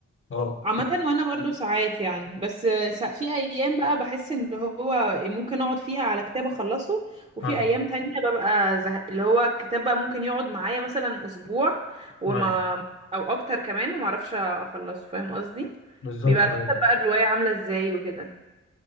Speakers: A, on the left (about 45°); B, on the right (about 25°).
A: اه
B: عامة وانا برضو ساعات يعني بس آه، سا- في ايام بقى بحس ان هو ممكن اقعد فيها على كتاب اخلصه وفي
A: ايوه
B: ايام تانية ببقى زهق اللي هو الكتاب بقى ممكن يقعد معايا مثلا اسبوع وما
A: ايوه
B: او اكتر كمان وما اعرفش اخلصه فاهم قصدي
A: بالظبط
B: بيبقى على
A: ايوه
B: حسب بقى الرواية عاملة ازاي وكده